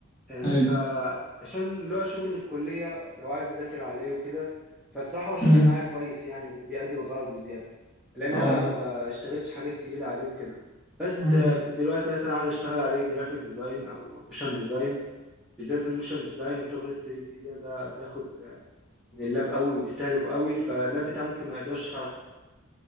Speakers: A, in the centre; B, on the left.
A: آه،
B: ايوه
A: فعشان اللي هو شغل الكليه لو عايز اذاكر عليه وكده فبصراحه هو شغال
B: امم
A: معايا كويس يعني وبيأدي الغرض وزياده لان
B: اه
A: انا ما بشتغلش حاجات تقيله عليه وكده بس
B: امم
A: آه، دلوقتي مثلا عايز اشتغل عليه جرافيك ديزاين او موشن ديزاين بالذات الموشن ديزاين وشغل ال 3 دي ده ده بياخد من اللاب قوي وبيستهلكه قوي فاللاب بتاعه ممكن ما يقدرش على